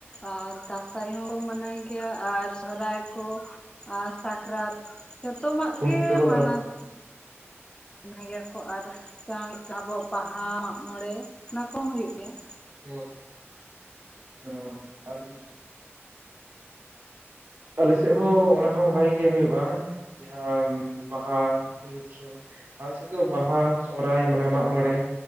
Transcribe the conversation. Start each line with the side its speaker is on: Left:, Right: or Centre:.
Left: ᱚᱸ ᱫᱥᱟᱭ ᱦᱚᱸ ᱠᱚ ᱢᱟᱱᱟᱭ ᱜᱮᱭᱟ ᱾ ᱟᱨ ᱥᱚᱨᱦᱟᱭ ᱠᱚ, ᱟᱨ ᱥᱟᱠᱨᱟᱛ ᱾ ᱡᱚᱛᱚᱢᱟ-ᱜ
Right: ᱠᱷᱩᱱᱴᱟᱹᱣ
Left: ᱜᱮ ᱢᱟᱱᱟᱣ
Right: ᱟᱨᱚ
Left: ᱫᱚ ᱾ ᱜᱮᱭᱟ ᱠᱚ ᱟᱨ ᱟᱵᱚᱣᱟ-ᱜ ᱵᱟᱦᱟ, ᱢᱟᱜ ᱢᱚᱬᱮᱸ ᱚᱱᱟ ᱠᱚᱼᱦᱚᱸ ᱦᱩᱭᱩᱜ ᱜᱮᱭᱟ ᱾
Right: ᱢᱚᱷᱽ ᱚᱸ ᱛᱟᱦᱞᱮ ᱟᱞᱮᱥᱮᱫ ᱦᱚᱸ ᱚᱱᱟᱦᱚᱸ ᱵᱽᱷᱟᱜᱤ ᱜᱮ ᱦᱩᱭᱩᱜᱭᱼᱟ᱾ ᱡᱟᱦᱟᱸ ᱵᱟᱦᱟ ᱾ ᱟᱞ ᱥᱮᱫ ᱫᱚ ᱵᱟᱦᱟ, ᱥᱚᱨᱦᱟᱭ, ᱢᱟᱱᱮ ᱢᱟᱜ ᱢᱚᱬᱮᱸ